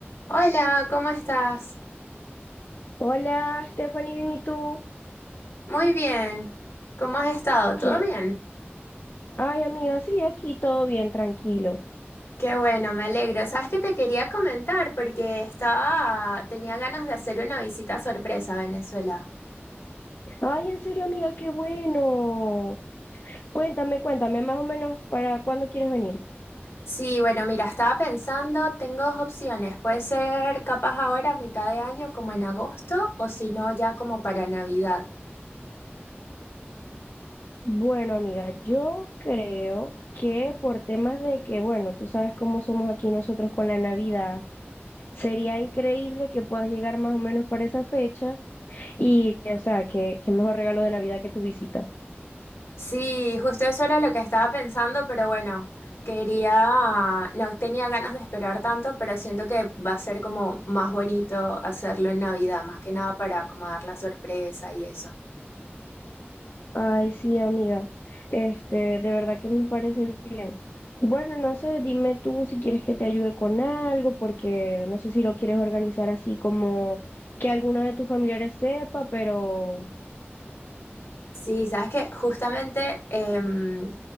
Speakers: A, on the left; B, on the left.
A: Hola, ¿cómo estás?
B: Hola, Stephanie, bien, ¿y tú?
A: Muy bien. ¿Cómo has estado? ¿Todo
B: ¿Qué?
A: bien?
B: Ay, amiga, sí, aquí todo bien, tranquilo.
A: Qué bueno, me alegro. ¿Sabes que te quería comentar? Porque estaba, tenía ganas de hacer una visita sorpresa a Venezuela.
B: Ay, en serio, amiga, qué bueno. Cuéntame, cuéntame, más o menos, ¿para cuándo quieres venir?
A: Sí, bueno, mira, estaba pensando, tengo dos opciones. Puede ser capaz ahora a mitad de año, como en agosto, o si no, ya como para Navidad.
B: Bueno, amiga, yo creo que por temas de que, bueno, tú sabes cómo somos aquí nosotros con la Navidad, sería increíble que puedas llegar más o menos para esa fecha y, o sea, que qué qué mejor regalo de Navidad que tu visita.
A: Sí, justo eso era lo que estaba pensando, pero bueno, quería, no tenía ganas de esperar tanto, pero siento que va a ser como más bonito hacerlo en Navidad, más que nada para como dar la sorpresa y eso.
B: Ay, sí, amiga. Este, de verdad que me parece bien. Bueno, no sé, dime tú si quieres que te ayude con algo, porque no sé si lo quieres organizar así como que alguna de tus familiares sepa, pero
A: Sí, sabes que justamente em,